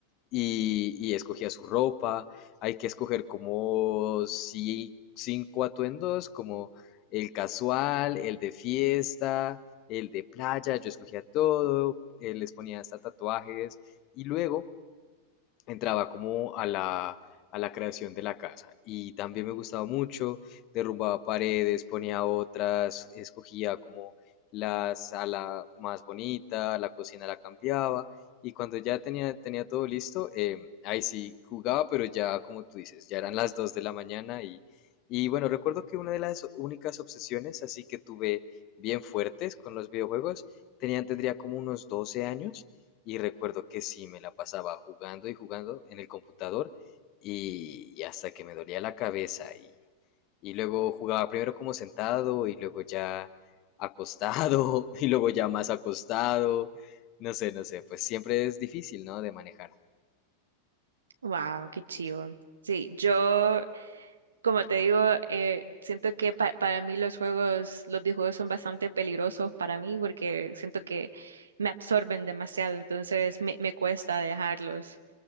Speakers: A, on the left (about 40°); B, on the right (about 70°).
A: y, y escogía su ropa. Hay que escoger como si- cinco atuendos, como el casual, el de fiesta, el de playa. Yo escogía todo, eh, les ponía hasta tatuajes y luego entraba como a la, a la creación de la casa. Y también me gustaba mucho, derrumbaba paredes, ponía otras, escogía como la sala más bonita, la cocina la cambiaba. Y cuando ya tenía, tenía todo listo, eh, ahí sí jugaba, pero ya como tú dices, ya eran las 2 de la mañana y, y bueno, recuerdo que una de las únicas obsesiones así que tuve bien fuertes con los videojuegos, tenía, tendría como unos 12 años y recuerdo que sí, me la pasaba jugando y jugando en el computador y, y hasta que me dolía la cabeza y, y luego jugaba primero como sentado y luego ya acostado <laughs> y luego ya más acostado. No sé, no sé, pues siempre es difícil, ¿no? De manejar.
B: Wow, qué chivo. Sí, yo, como te digo, eh, siento que pa- para mí los juegos, los videojuegos son bastante peligrosos para mí porque siento que me absorben demasiado, entonces me, me cuesta dejarlos.